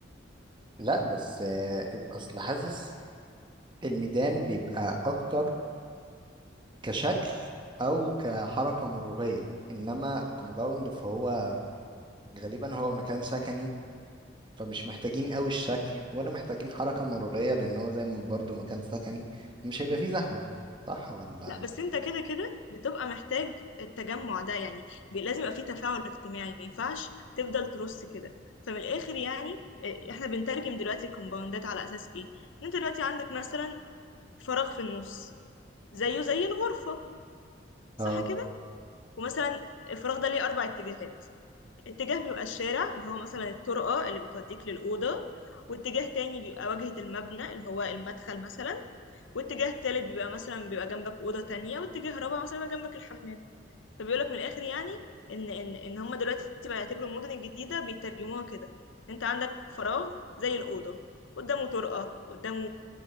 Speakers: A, on the right; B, on the left.
A: لا بس آه، اصل حاسس الميدان بيبقى اكتر كشكل او كحركة مرورية انما كومباوند فهو غالبا هو مكان سكني فمش محتاجين قوي الشكل ولا محتاجين حركة مرورية لأن هو زي ما برضه مكان سكني مش هيبقى فيه زحمة صح ولا
B: لا بس انت كده كده بتبقى محتاج التجمع ده يعني بي- لازم يبقى فيه تفاعل اجتماعي ما ينفعش تفضل ترص كده فمن الاخر يعني اه، احنا بنترجم دلوقتي الكومباوندات على اساس ايه ان انت دلوقتي عندك مثلا فراغ في النص زيه زي الغرفة صح
A: اه
B: كده ومثلا الفراغ ده ليه اربع اتجاهات اتجاه بيبقى الشارع اللي هو مثلا الطرقة اللي بتوديك للأوضة واتجاه تاني بيبقى واجهة المبنى اللي هو المدخل مثلا واتجاه تالت بيبقى مثلا بيبقى جنبك أوضة تانية واتجاه رابع مثلا بيبقى جنبك الحمام فبيقولك من الآخر يعني إن إن إن هما دلوقتي بقى يعتبروا المدن الجديدة بيترجموها كده أنت عندك فراغ زي الأوضة قدامه طرقة قدامه